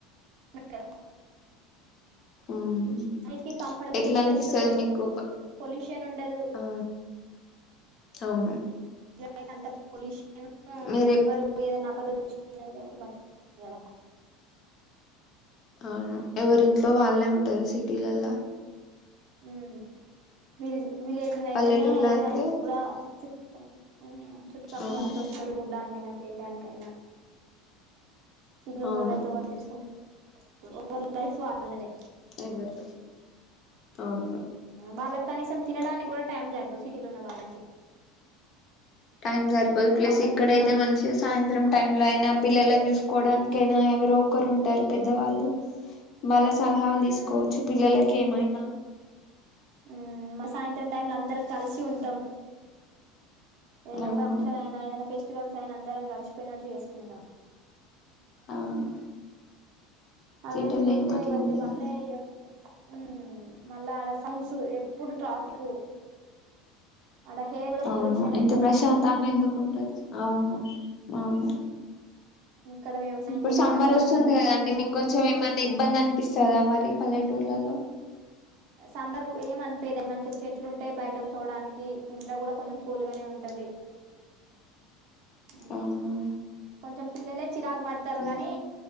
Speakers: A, on the right; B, on the left.
A: బెటరు
B: మ్మ్
A: అన్నిటికీ కంఫర్టబుల్
B: ఎట్లా
A: ప్లస్
B: అనిపిస్తది మీకు ప
A: పొల్యూషన్ ఉండదు
B: ఆ అవును
A: గాడైతే అంతా పోలిష్ <unintelligible>
B: మీరే
A: ఎవరు ఏదన్న ఆపద వచ్చినా <inaudible>
B: అవును ఎవరింట్లో వాళ్ళే ఉంటారు సిటీలలా
A: ఉ వి విలేజ్ అయితేనే
B: పల్లెటూర్లో
A: ఏదా
B: అయితే
A: నికూడా చుట్ ఓకే అయినా చుట్టుపక్కల
B: అవును
A: అంత వస్తారు చూడ్డానికైనా చేయడానికైనా సిల్లు
B: అవును
A: నోళ్ళ అయితే <unintelligible> ఓవర్ లైఫ్ వాళ్ళదె
B: ఎవరు అవును
A: వాళ్ళకి కనీసం తినడానికి కూడా టైం జరి సిటీలో వున్న వాళ్ళకి
B: టైం సరిపోదు
A: ఇంక
B: ప్లస్
A: పక్కనోళ్ళని
B: ఇక్కడైతే
A: బట్
B: మంచి సాయంత్రం టైమ్ లో అయినా పిల్లలని చూసు కోవడానికైనా ఎవరో ఒకరు ఉంటారు పెద్దవాళ్ళు వాళ్ళ సలహాలు
A: మ్మ్
B: తీసుకోవచ్చు పిల్లల కేమైన
A: ఉ మా సాయంత్రం టైమ్ లో అందరు కలిసి ఉంటాం ఏదైనా
B: అవును
A: ఫంక్షన్ అయినా ఏదైనా ఫె ఫెస్టివల్స్ ఆయన అందరం గలిచిపోయినట్టు చేసుకుంటాం
B: అవును
A: అదే
B: సిటీలో
A: <unintelligible> ఉంటే
B: ఏం అట్లుండదు
A: ఎవరిది వాళ్లే ఉ మళ్ళా ఆడ సౌండ్స్ ఎప్పుడు ట్రాఫికు ఆడ హెయిర్ గూడా
B: అవును
A: పొల్యూషన్
B: ఇంత
A: అయ్యే
B: ప్రశాంతంగా
A: ఉంటది
B: ఎందుకుంటది అవును అవును
A: ఇక్కడ వ్యవసాయం
B: ఇప్పుడు
A: చేసుకుంటారు
B: సమ్మర్ వస్తుంది
A: మంచిగా
B: గదా అండి మీకు కొం కొంచెం ఏమైనా ఇబ్బందని పిస్తదా మరి పల్లెటూర్లలో
A: సమ్మర్ ఏమనిపిదు మంచిగా చెట్లు ఉంటయ్ బయట కూర్చొడానికి ఇంట్లో కూడా కొంచెం కూల్ గానే ఉంటది ఉ
B: అవునా
A: కొంచెం పిల్లలే చిరాకు పడతారు
B: ఉమ్,
A: గాని